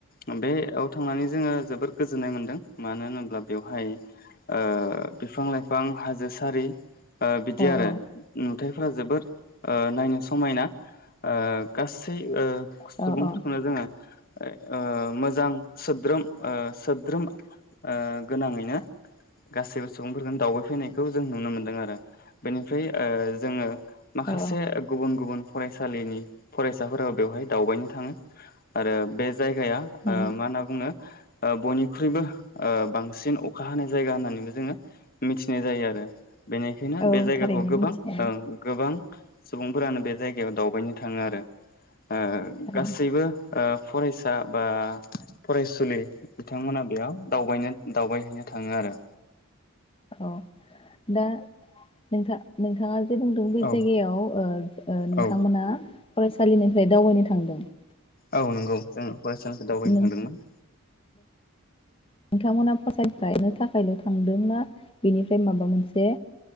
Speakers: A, on the left; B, on the left.
A: अम बे आव थांनानै जोङो जोबोद गोजोननाय मोन्दों मानो होनोब्ला बेवहाय ओ बिफां लाइफां हाजो सारि अ बिदि
B: औ
A: आरो
B: औ
A: अम हाथायफोरा जोबोद अ नायनो समायना अ गासै
B: औ
A: सुबुंफोरखौनो
B: औ
A: जोङो अ अ सोद्रोम सोद्रोम गोनाङैनो गासैबो सुबुंफोरखौ दावबाय फैनायखौ जों नुनो मोनदों आरो बेनिफ्राय अ जोङो माखासे
B: औ
A: गुबुन गुबुन फरायसालिनि फरायसा फोराबो बेवहाय दावबायनो थाङो आरो बे जायगाया अ
B: उम
A: मा होनना बुङो। अ बयनिख्रुइबो अ बांसिन अखा हानाय जायगा होननानै जोङो मिथिनाय जायो आरो बेनिखायनो
B: औ
A: बे जायगाखौ
B: थारैनो
A: गोबां
B: मिथिखागौ
A: गोबां। सुबुं फोरानो बे जायगायाव दावबायनो थाङो आरो अ
B: औ
A: गासैबो अ फरायसा बा फरायसुलि बिथांमोना बेयाव दावबायनो दावबायहैनो थाङो आरो।
B: औ दा नोंथां नोंथाङा जे बुंदों बै
A: औ
B: जायगायाव ओ अ नोंथांमोना।
A: औ
B: फरायसालिनिफ्राय दावबायनो थांदों ।
A: औ नंगौ जोङो फरायसालिनिफ्राय दावबायनो
B: नों
A: थांदोंमोन।
B: नोंथांमोना फसायफानो थाखायल' थांदों ना बिनिफ्राय माबा मोनसे